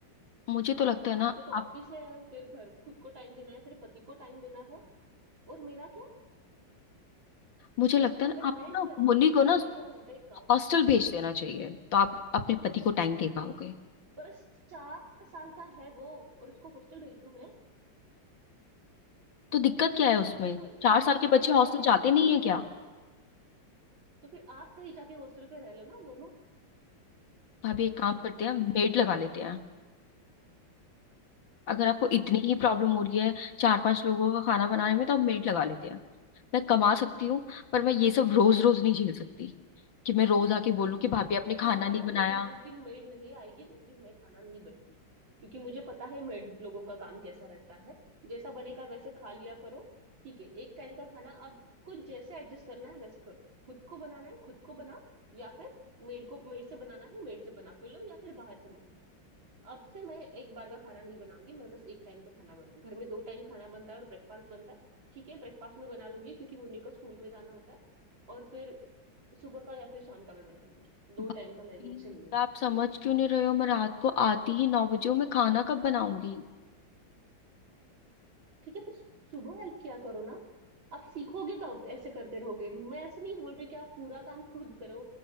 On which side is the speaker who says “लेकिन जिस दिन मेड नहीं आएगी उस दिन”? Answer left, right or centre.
Right